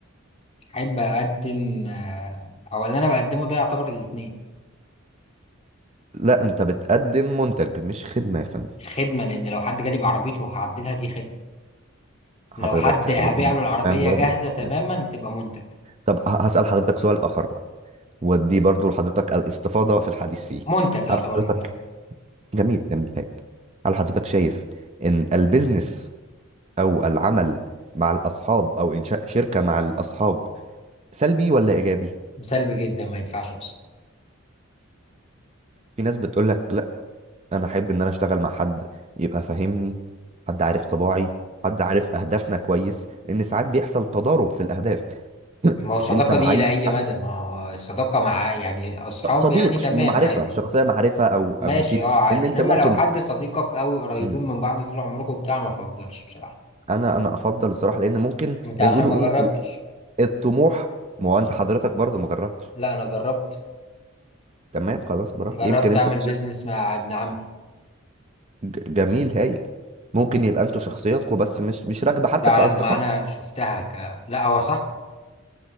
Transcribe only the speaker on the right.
لا انت بتقدم منتج مش خدمه يا فندم
حضرتك
تقريبا
فاهم غلط
يعني.
طب ه- هسأل حضرتك سؤال آخر بقى ودي برضو لحضرتك الاستفاضة في الحديث فيه
هل حضرتك
جميل جميل هايل هل حضرتك شايف ان البيزنس او العمل مع الاصحاب او انشاء شركة مع الاصحاب سلبي ولا ايجابي
في ناس بتقول لك لا انا احب ان انا اشتغل مع حد يبقى فاهمني حد عارف طباعي حد عارف اهدافنا كويس لان ساعات بيحصل تضارب في الاهداف <clears throat>
انت معي
حد
صديق
ش- معرفة
شخصية معرفة او او
نسيب
ان انت
ممكن
مم.
انا انا افضل الصراحة لان ممكن زي
ما
بيقولوا
ايه
الطموح ما هو انت حضرتك برضه ما جربتش
تمام خلاص براحتك
يمكن انت
في
شركة
ج- جميل هايل ممكن يبقى انتوا شخصياتكم بس مش مش راكبه حتى
كاصدقاء